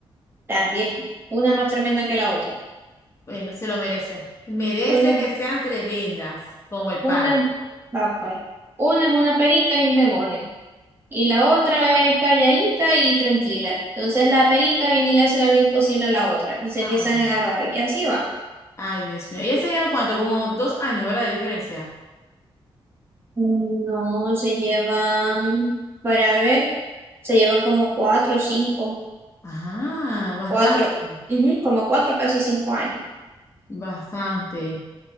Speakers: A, on the right; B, on the left.
A: También. Una más tremenda que la otra.
B: Bueno, se lo merecen. Merece
A: Una,
B: que sean tremendas, como el
A: una,
B: padre.
A: va pues. Una es una perica y un demonio. Y la otra es calladita y tranquila. Entonces la perica viene y le hace la vida imposible a la otra. Y se
B: Ah.
A: empiezan a agarrar. Y así van.
B: Ay, Dios mío. ¿Ella se llevan cuánto? Como dos años, ¿verdad? De diferencia.
A: No, se llevan, para ver, se llevan como cuatro o cinco.
B: Ajá, bastante.
A: cuatro, ujú, como cuatro, casi cinco años.
B: Bastante.